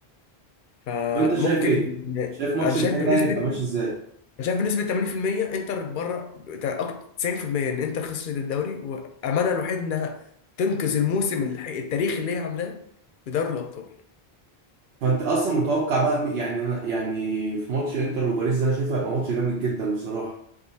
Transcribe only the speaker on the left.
فممكن
انا شايف
بنسبه
انا شايف بنسبه 80% انتر بره بتاع اكتر 90% ان انتر خسرت الدوري واملها الوحيد انها تنقذ الموسم الح- التاريخي اللي هي عاملاه بدوري الابطال